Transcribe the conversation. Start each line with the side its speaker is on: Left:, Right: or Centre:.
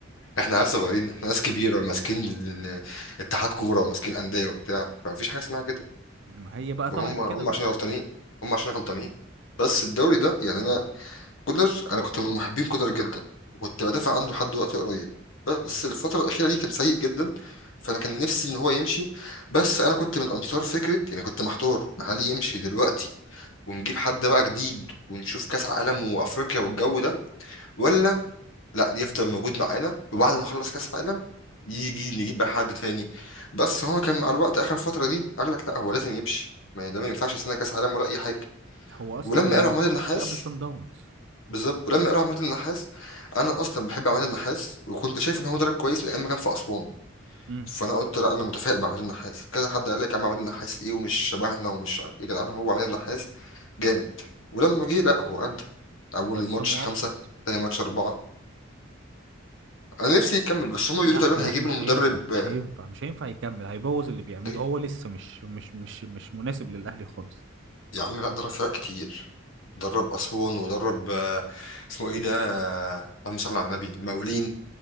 Left: احنا عيال صغيرين احنا ناس كبيره وماسكين ال- اتحاد كوره وماسكين انديه وبتاع فمفيش حاجه اسمها كده
Right: ما هي بقى طلعت
Left: وهم هم
Right: كده بقى
Left: عشان غلطانين هم عشان غلطانين بس الدوري ده يعني انا كولر انا كنت من محبين كولر جدا وكنت بدافع عنه لحد وقت قريب بس
Right: مم.
Left: الفتره الاخيره دي كان سيء جدا فانا كان نفسي ان هو يمشي بس انا كنت من انصار فكره يعني كنت محتار هل يمشي دلوقتي ونجيب حد بقى جديد ونشوف كاس عالم وافريقيا والجو ده ولا لا يفضل موجود معانا وبعد ما نخلص كاس عالم يجي نجيب بقى حد تاني بس هو كان مع الوقت اخر فتره دي قال لك لا هو لازم يمشي ما ده ما ينفعش سنه كاس عالم ولا اي حاجه
Right: هو اصلا
Left: ولما
Right: كان
Left: قالوا
Right: المفروض
Left: عماد النحاس
Right: يمشي قبل سان داونز
Left: بالظبط ولما قالوا عماد النحاس انا اصلا بحب عماد النحاس وكنت شايف ان هو مدرب كويس من ايام ما كان في اسوان
Right: امم
Left: فانا قلت لا انا متفائل بعماد النحاس كذا حد قال لك يا عم عماد النحاس ايه ومش شبهنا ومش عارف ايه يا جدعان هو عماد النحاس جامد ولما جه لا هو قد اول
Right: بس
Left: ماتش
Right: مؤقت
Left: خمسة تاني ماتش أربعة انا نفسي يكمل بس هما
Right: لا
Left: بيقولوا تقريبا
Right: لا
Left: هيجيب
Right: مش
Left: له مدرب
Right: هينفع مش
Left: آه،
Right: هينفع مش هينفع يكمل هيبوظ اللي بيعمله
Left: ليه
Right: هو لسه مش مش مش مش مناسب للاهلي خالص
Left: يا عم لا درب فرق كتير درب اسوان ودرب آه، اسمه ايه ده آه، اللهم صل على النبي المقاولين